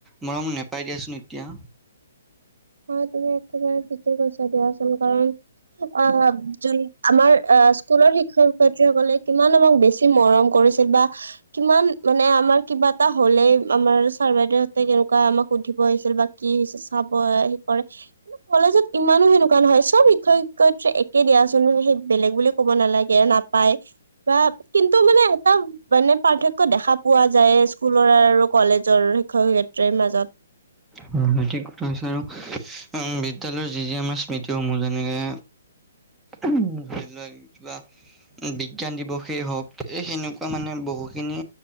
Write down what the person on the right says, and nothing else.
হয় তুমি একেবাৰে ঠিকে কৈছা দিয়াচোন কাৰণ অঁ যোন আমাৰ এ স্কুলৰ শিক্ষক-শিক্ষয়িত্ৰীসকলে কিমান আমাক বেছি মৰম কৰিছিল বা কিমান মানে আমাৰ কিবা এটা হ'লেই আমাৰ চাৰ বাইদেউহঁতে কেন কা আমাক সুধিব আহিছিল বা কি হৈছে চাব এ হে কৰে। কলেজত ইমানো সেনেকুৱা নহয় চব শিক্ষক শিক্ষয়ত্ৰী একেই দিয়াচোন সেই বেলেগ বুলি ক'ব নালাগে নাপ পায়। বা কিন্তু মানে এটা মানে পাৰ্থক্য দেখা পোৱা যায় স্কুলৰ আৰু কলেজৰ। শিক্ষক-শিক্ষয়ত্ৰীৰ মাজত।